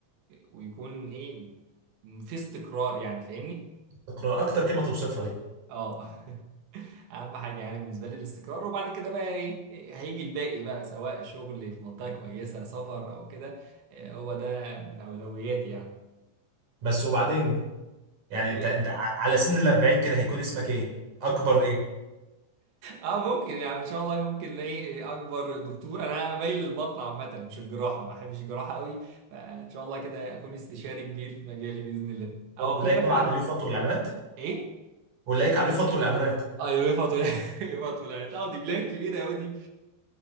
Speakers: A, on the right; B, on the right.
A: ويكون ايه في استقرار يعني فاهمني
B: اقرا اكتر كلمه توصفها دي
A: اه اهم حاجه يعني بالنسبه لي الاستقرار وبعد كده بقى ايه إيه هيجي الباقي بقى سواء شغل في منطقه كويسه سفر او كده إيه هو ده من اولوياتي يعني
B: بس وبعدين يعني
A: إيه،
B: انت انت ع- على سن ال 40 كده هيكون اسمك ايه اكبر ايه
A: اه ممكن يعني ان شاء الله ممكن الاقي اكبر دكتور انا مايل للبطن عامه مش الجراحه ما احبش الجراحه قوي فان شاء الله كده اكون استشاري كبير في مجالي باذن الله
B: ولايك
A: او اكون
B: بقى
A: مثلا
B: على اليوفط والاعلانات
A: ايه
B: والاقيك عليه فترة الاعلانات
A: ايوه طلعت <laughs> يوفا طلعت اه دي بلان كبيره قوي دي